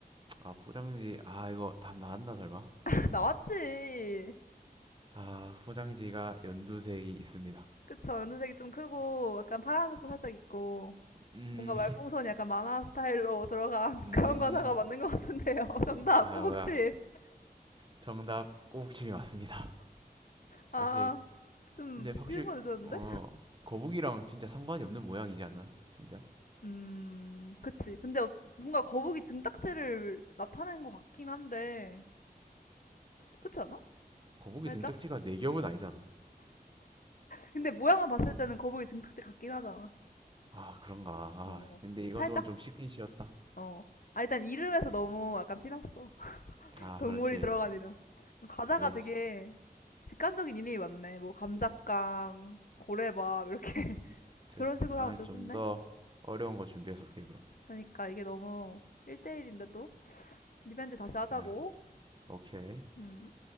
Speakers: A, on the right (about 30°); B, on the left (about 55°).
A: 아, 포장지, 아, 이거 답 나왔나, 설마?
B: <laughs> 나왔지.
A: 아, 포장지가 연두색이 있습니다.
B: 그쵸, 연두색이 좀 크고, 약간 파란색도 살짝 있고,
A: 음,
B: 뭔가 말풍선이 약간 만화 스타일로 들어간
A: 음,
B: <laughs> 그런 과자가 맞는 것 같은데요. <laughs> 정답,
A: 아,
B: 꼬북칩.
A: 뭐야. 정답, 꼬북칩이 맞습니다.
B: 아,
A: 사실
B: 좀
A: 근데 확실히
B: 쉬운 거 늦었는데?
A: 어 거북이랑 진짜 상관이 없는 모양이지 않나? 요 진짜?
B: 음, 그치. 근데 어- 뭔가 거북이 등딱지를 나타낸 것 같긴 한데, 그렇지 않아?
A: 거북이
B: 살짝?
A: 등딱지가 네 겹은 아니잖아.
B: 근데 모양만 봤을 때는 거북이 등딱지 같긴 하잖아.
A: 아 그런가. 아
B: 어, 어.
A: 근데 이건
B: 살짝?
A: 조금 좀 쉽긴 쉬웠다.
B: 어. 아, 일단 이름에서 너무 약간 티났어. <laughs>
A: 아
B: 동물이
A: 그렇지.
B: 들어간 이름. 과자가
A: 예,
B: 되게
A: 지-
B: 직관적인 이름이 많네. 뭐, 감자깡, 고래밥, 이렇게. <laughs>
A: 이제
B: 그런 식으로
A: 다음에
B: 하면 좀
A: 좀
B: 쉽네.
A: 더 어려운 거 준비해서 올게 그럼.
B: 그러니까 이게 너무 1대1인데 또. 리벤지 다시 하자고.
A: 아 오케이.
B: 음.